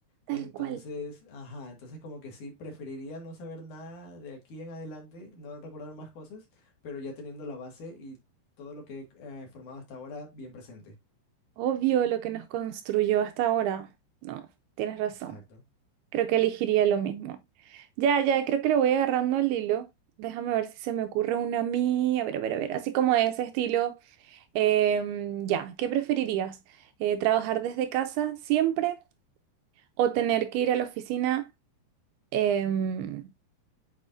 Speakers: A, on the right; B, on the left.
A: Tal
B: Entonces,
A: cual.
B: ajá, entonces como que sí, preferiría no saber nada de aquí en adelante, no recordar más cosas, pero ya teniendo la base y todo lo que he eh, formado hasta ahora bien presente.
A: Obvio lo que nos construyó hasta ahora. No, tienes razón.
B: Exacto.
A: Creo que elegiría lo mismo. Ya, ya, creo que le voy agarrando el hilo. Déjame ver si se me ocurre una a mí. A ver, a ver, a ver. Así como de ese estilo. em, ya, ¿qué preferirías? Eh, ¿trabajar desde casa siempre o tener que ir a la oficina, em,